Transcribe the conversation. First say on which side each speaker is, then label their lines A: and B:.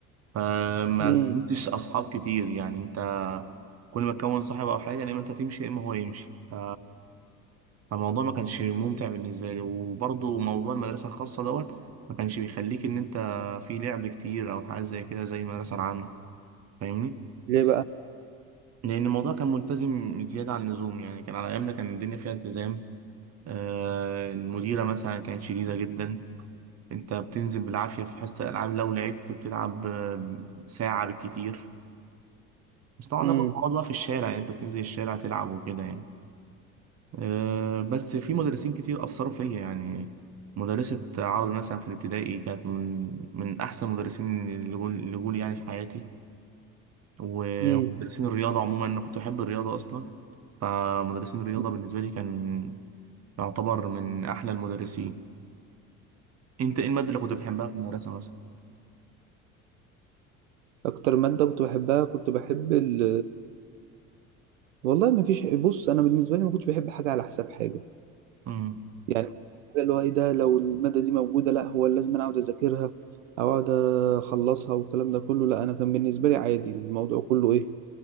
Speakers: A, on the right (about 35°); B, on the right (about 65°).
A: فما
B: مم.
A: كنتش أصحاب كتير يعني أنت كل ما تكون صاحب أو حاجة يا إما أنت تمشي يا إما هو يمشي ف- فالموضوع ما كانش ممتع بالنسبة لي وبرضه موضوع المدرسة الخاصة دوت ما كانش بيخليك إن أنت في لعب كتير أو حاجة زي كده زي المدرسة العامة فاهمني؟
B: ليه بقى؟
A: لأن الموضوع كان ملتزم زيادة عن اللزوم يعني كان على أيامنا كان الدنيا فيها التزام آه المديرة مثلا كانت شديدة جدا أنت بتنزل بالعافية في حصة الألعاب لو لعبت بتلعب آه، ساعة بالكتير بس طبعا
B: مم.
A: ده كنت بقعد بقى في الشارع يعني أنت بتنزل الشارع تلعب وكده يعني آه بس في مدرسين كتير أثروا فيا يعني مدرسة عربي مثلا في الابتدائي كانت من من أحسن المدرسين اللي جول اللي جول يعني في حياتي و-
B: مم.
A: ومدرسين الرياضة عموما أنا كنت بحب الرياضة أصلا فمدرسين الرياضة
B: مم.
A: بالنسبة لي كان يعتبر من أحلى المدرسين أنت إيه المادة اللي كنت بتحبها في المدرسة مثلا؟
B: أكتر مادة كنت بحبها كنت بحب ال والله ما فيش بص انا بالنسبه لي ما كنتش بحب حاجه على حساب حاجه
A: مم.
B: يعني حاجه اللي هو ايه ده لو الماده دي موجوده لا هو لازم انا اقعد اذاكرها او اقعد اخلصها والكلام ده كله لا انا كان بالنسبه لي عادي الموضوع كله ايه